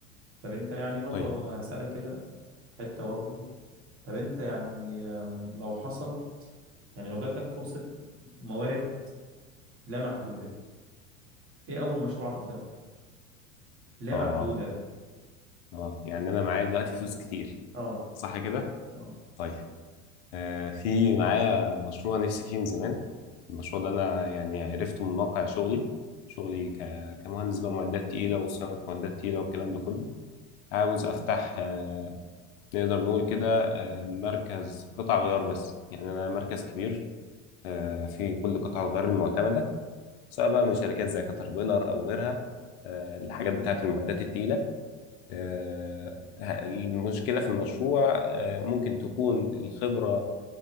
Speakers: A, on the right (about 35°); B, on the left (about 50°).
A: طب انت يعني برضه
B: طيب
A: هسألك كده حته برضه طب انت يعني آم، لو حصل يعني لو جات لك فرصه موارد لا محدوده ايه اول مشروع هتبداه لا
B: اه
A: محدوده
B: اه اه يعني انا معايا دلوقتي فلوس كتير
A: اه
B: صح كده
A: اه
B: طيب آه في معايا مشروع نفسي فيه من زمان المشروع ده انا يعني عرفته من واقع شغلي شغلي ك... كمهندس بقى معدات تقيلة وصيانة معدات تقيلة والكلام ده كله عاوز افتح آه نقدر نقول كده آه مركز قطع غيار بس يعني انا مركز كبير آه في كل قطع الغيار المعتمدة سواء بقى من شركات زي كاتربيلر او غيرها آه، الحاجات بتاعت المعدات التقيله آه، ه- المشكله في المشروع آه، ممكن تكون الخبره